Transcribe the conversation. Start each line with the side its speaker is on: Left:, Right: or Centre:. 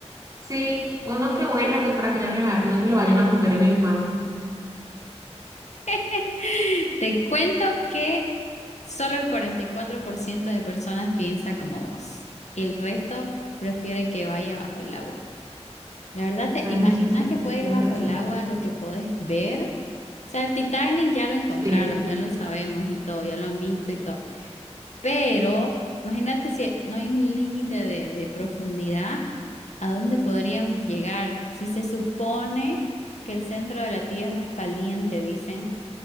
Right: sí, uno que vuela, pues para que no, se le va- no se lo vayan a comer en el mar.
Left: <laughs> Te cuento que solo el 44% de personas piensa como vos y el resto prefiere que vaya bajo el agua. La verdad, ¿te
Right: Claro,
Left: imaginas
Right: es que sería
Left: que puede ir bajo
Right: interesante.
Left: el agua lo que podés ver? O sea, el Titanic ya lo encontraron,
Right: Sí,
Left: ya lo sabemos y todo, ya lo han visto y todo. Pero imagínate si no hay un límite de, de profundidad, ¿a dónde podríamos llegar? Si se supone que el centro de la Tierra es caliente, dicen